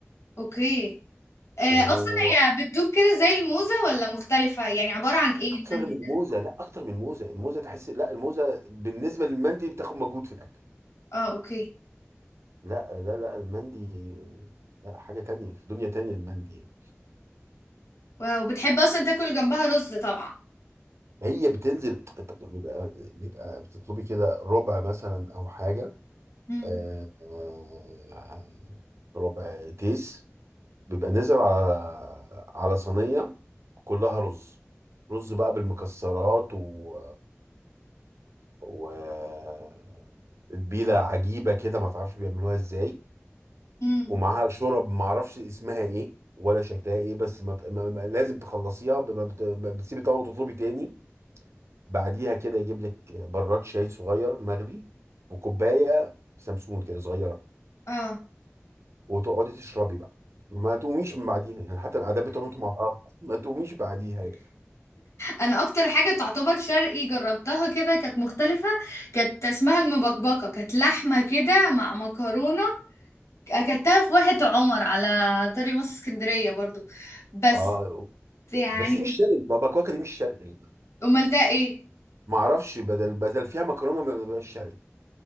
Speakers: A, on the left; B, on the right.
A: اوكي آه
B: واكتر
A: اصلا هي بتدوب كده زي الموزة ولا مختلفة يعني عبارة عن ايه المانجا
B: من
A: ده
B: موزه لا اكتر من موزه الموزه تحس لا الموزه بالنسبه للمندي بتاخد مجهود في الاكل
A: اه اوكي
B: لا لا لا المندي لا حاجة تانية في دنيا تانية المندي
A: واو بتحب اصلا تاكل جنبها رز طبعا
B: هي بتنزل بيبقى بيبقى بتطلبي كده ربع مثلا أو حاجة
A: امم
B: آه، آه، ربع تيس بيبقى نزل على على صينية كلها رز رز بقى بالمكسرات و و تتبيلة عجيبة كده ما تعرفش بيعملوها ازاي
A: امم
B: ومعاها شرب معرفش اسمها ايه ولا شكلها ايه بس ما ت- ما- ما- لازم تخلصيها ب- ما بت- ما بتسيبي طبق وتطلبي تاني بعديها كده يجيب لك براد شاي صغير مغلي وكوبايه سمسمون كده صغيره
A: اه
B: وتقعدي تشربي بقى ما تقوميش من بعديها يعني حتى العادات بتقعدوا مع بعض ما تقوميش بعديها يعني.
A: انا اكتر حاجة تعتبر شرقي جربتها كده كانت مختلفة كانت اسمها المبكبكة كانت لحمة كده مع مكرونة اكلتها في واحة عمر على طريق مصر اسكندرية برضو بس
B: اه
A: يعني
B: بس دي مش شرقي بابا كواكا دي مش شرقي يعني
A: امال ده ايه
B: ما اعرفش بدل بدل فيها مكرونه ما بتبقاش شرقي